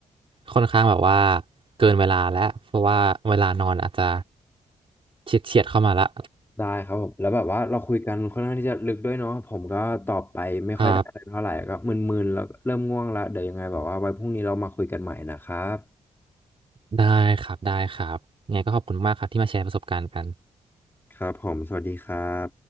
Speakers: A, on the right; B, on the left.
A: ค่อนข้างแบบว่าเกินเวลาแล้วเพราะว่าเวลานอนอาจจะเฉียดเฉียดเข้ามาละ
B: ได้ครับผมแล้วแบบว่าเราคุยกันค่อนข้างที่จะลึกด้วยเนาะผมก็ตอบไปไม่ค่อยได้อะไรเท่าไหร่ก็มึนๆแล้วเริ่มง่วงละเดี๋ยวยังไงแบบว่าไว้พรุ่งนี้เรามาคุยกันใหม่นะครับ
A: ครับได้ครับได้ครับยังไงก็ขอบคุณมากครับที่มาแชร์ประสบการณ์กัน
B: ครับผมสวัสดีครับ